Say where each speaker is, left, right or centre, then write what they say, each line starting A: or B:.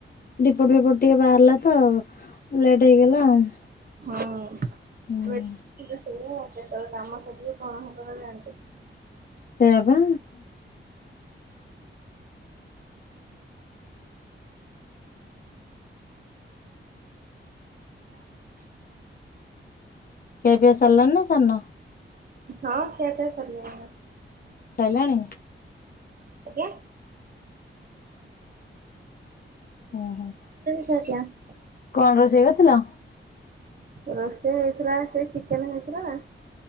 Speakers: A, on the left; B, on the right.
A: ରିପୋଟ ଫିପୋଟ ଟିକେ ବାହାରିଲା ତ ଲେଟ୍ ହେଇଗଲା। <unintelligible>
B: ହଁ <unintelligible>
A: ହୁଁ
B: ସେୟା କେତେବେଳେ କାମ ସରିବ କଣ ହବ ହେ କଥା ଜାଣିନି।
A: ସେୟା ବା। ଖିଆ ପିଆ ସରିଲାଣି ନା ସାରିନ।
B: ହଁ ଖିଆ ପିଆ ସରିଗଲାଣି।
A: ସାରିଲାଣି?
B: ଆଜ୍ଞା।
A: ଉଁ ହୁଁ।
B: <unintelligible>
A: କଣ ରୋଷେଇ କରିଥିଲ?
B: ରୋଷେଇ ହେଇଥିଲା ସେ ଚିକେନ ହେଇଥିଲା।